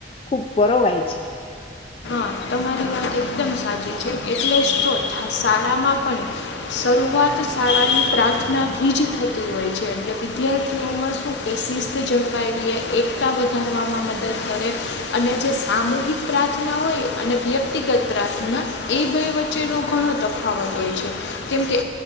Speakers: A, on the left; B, on the left.
A: ખૂબ પરોવાય છે.
B: <unintelligible> તમારી વાત એકદમ સાચી છે એટલે જ તો શાળામાં પણ શરૂઆત શાળાની પ્રાર્થનાથી જ થતી હોય છે એટલે વિદ્યાર્થીઓમાં શું કે શિસ્ત જળવાઈ રહે એકતા વધારવામાં મદદ કરે અને જે સામૂહિક પ્રાર્થના હોય અને વ્યક્તિગત પ્રાર્થના એ બે વચ્ચેનો ઘણો તફાવત હોય છે કેમકે